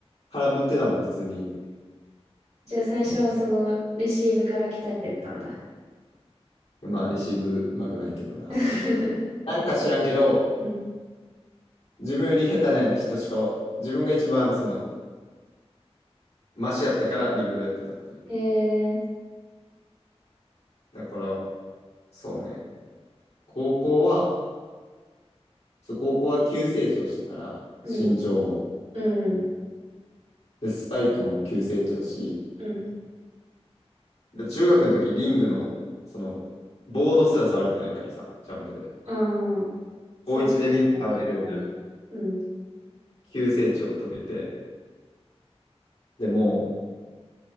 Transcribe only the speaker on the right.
じゃあ最初はその、レシーブから鍛えてったんだ。
<laughs>
うん。
えー、
うん、
うん、
うん。
ああ、触ったことなかったんだけど。
うん。